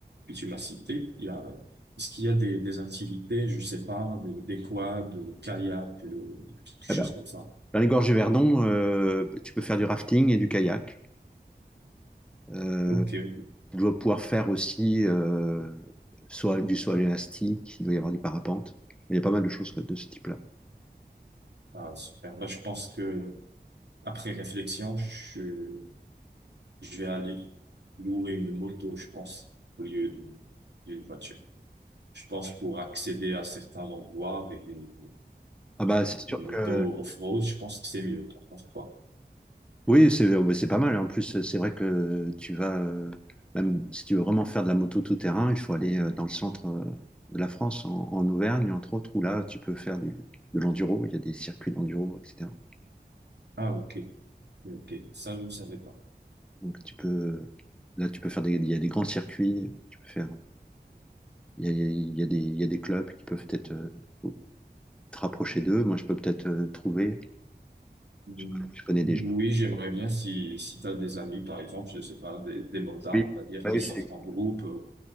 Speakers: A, on the right (about 80°); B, in the centre.
A: tu m'as cités, il y a, est-ce qu'il y a des, des activités, je sais pas, des, des quads, des kayaks, euh, quelque
B: Ah
A: chose
B: bah,
A: comme ça?
B: Dans les gorges du Verdon, euh, tu peux faire du rafting et du kayak. Euh,
A: Ok, ok.
B: tu dois pouvoir faire aussi euh, soit du saut à élastique, il doit y avoir du parapente. Il y a pas mal de choses de ce type-là.
A: Ah, super. Bah, je pense que Après réflexion, je, je vais aller louer une moto, je pense, au lieu de- d'une voiture. Je pense pour accéder à certains endroits avec une,
B: Ah bah c'est sûr
A: une moto
B: que
A: off-road, je pense que c'est mieux. T'en penses quoi?
B: oui, c'est oh, bah, c'est pas mal. En plus, c'est vrai que tu vas, euh, même si tu veux vraiment faire de la moto tout terrain, il faut aller euh, dans le centre euh, de la France, en, en Auvergne entre autres, où là tu peux faire du, de l'enduro. Il y a des circuits d'enduro, etc.
A: Ah, ok. Ok. Ça, je ne savais pas.
B: Donc tu peux, là tu peux faire des, il y a des grands circuits, tu peux faire, il y a, il y a- il y a des, il y a des clubs qui peuvent peut-être euh, faut te rapprocher d'eux. Moi je peux peut-être euh, trouver,
A: Mm.
B: je, je connais
A: Oui,
B: des gens.
A: j'aimerais bien si, si tu as des amis, par exemple, je sais pas, des, des motards,
B: Oui.
A: on va dire,
B: Ouais,
A: qui sortent
B: j'ai-
A: en groupe, euh,